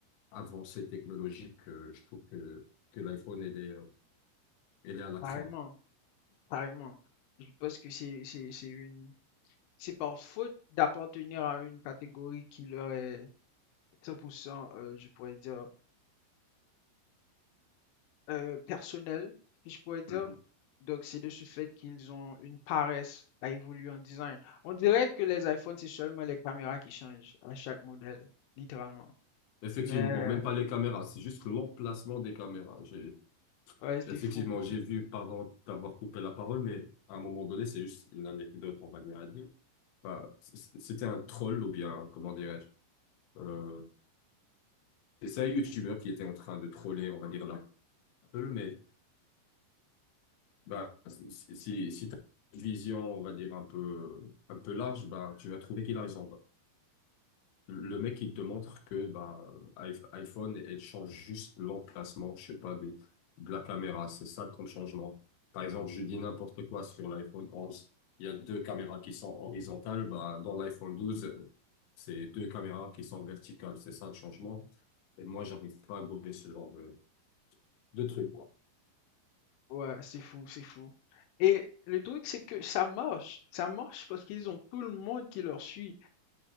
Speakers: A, on the left; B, on the left.
A: avancée technologique, euh, je trouve que, que l'iPhone, elle est euh, elle est à la
B: Pareillement,
A: traîne.
B: pareillement. Je pense que c'est, c'est, c'est une, C'est par faute d'appartenir à une catégorie qui leur est 100 heu, je pourrais dire, heu, personnelle, si je pourrais dire.
A: Mhm.
B: Donc c'est de ce fait qu'ils ont une paresse à évoluer en design. On dirait que les iPhones, c'est seulement les caméras qui changent à chaque modèle, littéralement.
A: Effectivement,
B: Mais
A: même pas les caméras, c'est juste l'emplacement des caméras. J'ai-
B: ouais, c'est
A: Effectivement,
B: fou,
A: j'ai
B: c'est
A: vu, pardon d'avoir coupé la parole, mais à un moment donné, c'est juste une anecdote, on va dire, à dire. Enfin, c- c- c'était un troll, ou bien, comment dirais-je, euh, c'est un YouTuber qui était en train de troller, on va dire, l'Apple, mais bah, si, si, si tu une vision, on va dire, un peu, un peu large, bah, tu vas trouver qu'il a raison. bah. Le mec, il te montre que bah, iP- iPhone, elle change juste l'emplacement, je sais pas, de, de la caméra. C'est ça comme changement. Par exemple, je dis n'importe quoi sur l'iPhone 11. Il y a deux caméras qui sont horizontales. Bah, dans l'iPhone 12, c'est deux caméras qui sont verticales. C'est ça le changement. Et moi, j'arrive pas à gober ce genre de, de truc, quoi.
B: ouais, c'est fou, c'est fou et le truc, c'est que ça marche, ça marche parce qu'ils ont tout le monde qui leur suit.